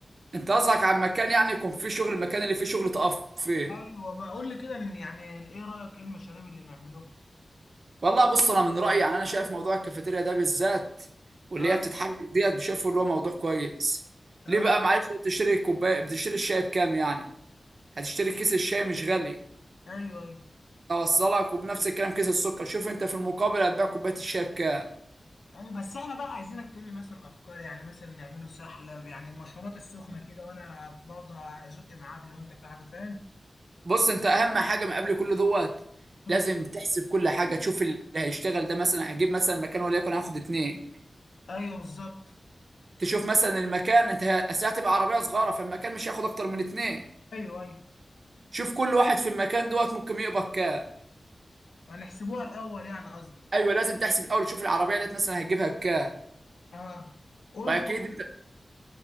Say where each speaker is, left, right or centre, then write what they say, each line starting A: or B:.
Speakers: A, on the right (about 65°); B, on the left (about 80°).
A: انت قصدك على مكان يعني يكون فيه شغل المكان اللي فيه شغل تقف فيه
B: ايوه بقى قول لي كده إن- يعني ايه رايك ايه المشاريب اللي نعملوها
A: والله بص انا من رايي يعني انا شايف موضوع الكافيتيريا ده بالذات واللي
B: اه
A: هي بتتحرك ديت شايفه اللي هو موضوع كويس
B: اه
A: ليه بقى معلش أنت بتشتري كوبايه بتشتري الشاي بكام يعني هتشتري كيس الشاي مش غالي
B: ايوه ايوه
A: اوصلك وبنفس الكلام كيس السكر شوف انت في المقابل هتبيع كوبايه الشاي بكام
B: يعني بس احنا بقى عايزينك تقول لي مثلا افكار يعني مثلا نعمله سحلة يعني المشروبات السخنة كده وانا برضه هزق معاك لو انت في حاجة فاهم
A: بص انت اهم حاجه من قبل كل دوت
B: مم.
A: لازم تحسب كل حاجه تشوف اللي هيشتغل ده مثلا هجيب مثلا مكان وليكن هاخد اتنين
B: ايوه بالظبط
A: تشوف مثلا المكان انت الساعه تبقى عربيه صغيره فالمكان مش هياخد اكتر من اتنين
B: ايوه ايوه
A: شوف كل واحد في المكان دوت ممكن يقبض كام
B: هنحسبوها الاول يعني قصدك
A: ايوه لازم تحسب الاول تشوف العربيه ديت مثلا هتجيبها بكام
B: اه قول
A: واكيد
B: قول،
A: انت